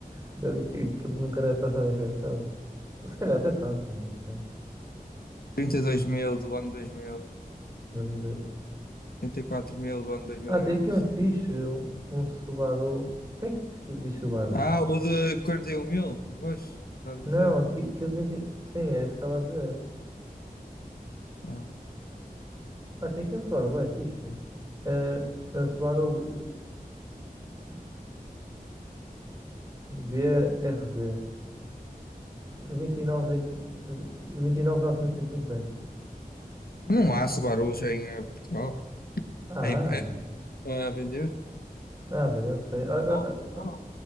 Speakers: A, on the right (about 25°); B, on the left (about 75°).
A: Deve, que- aquilo nunca deve passar na inspeção. Se calhar até passa, não sei.
B: 32 mil do ano 2000,
A: Não de-
B: 34 mil do ano 2011.
A: Ah, tem aqui um fixe, um, um Subaru. Como é que aqui diz Subaru?
B: Ah, o de 41 mil, o roxo, estás a
A: Não,
B: dizer?
A: aqui, aqui de vinte Sim, é isso que estava a dizer.
B: Ah.
A: Ah, tem aqui um Subaru, é fixe. É, a Subaru eh, B R Z 29, e- 29.950.
B: Não há Subarus em eh, Portugal
A: Ah,
B: em, eh, a vender.
A: ah, velho, eu não sei. Ah,
B: Novo,
A: ah,
B: não
A: ah,
B: há.